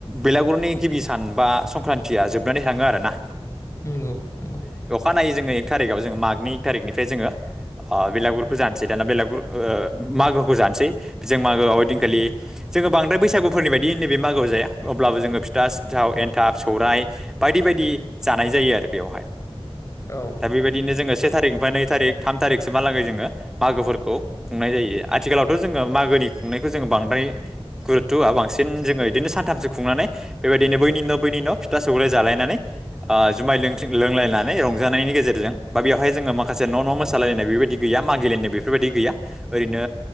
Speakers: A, in the centre; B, on the left (about 30°).
A: बेलागुरनि गिबि सान बा संक्रान्तिया जोबनानै थाङो आरोना
B: नंगौ नोंंगौ
A: खानायो जोङो थारिखआव जों मागनिक तारिखनिफ्राय जोङो ओ बेलागुरखौ जानोसै दाना बेलागुर ओ मागोखौ जानोसै जों मागोआव हैदिनखालि जोङो बांद्रायराय बैसागुनि बायदि नैबे मागोआव जाया अब्लाबो जोङो फिथा सिन्थाव एन्थाब सौरायाइ बायदि बायदि बायदि
B: औ
A: दा बेबायदिनो जोङो से थारिक बा नै थारिख थाम थारिखसोहालागै जोङो मागोफोरखौ खुंनाय जायो आथिालावथ' जोङो मागोनि खुंनायखौ जोङो बांद्रायर गुरुथ'होआ बांसिन जोङो बिदिनो सानथामसो खुंनानै बेबायदिनो बैनि न' बैनि न' न फिथा सौराय जालायनानै जुमलनानै जानायनि गेजेरजों बा बेवहाय जोङो माखासे न' न' मोसालायनाय बेबायदि गैया मागिलेनाय बेफोरबायदि गैया ओरैनो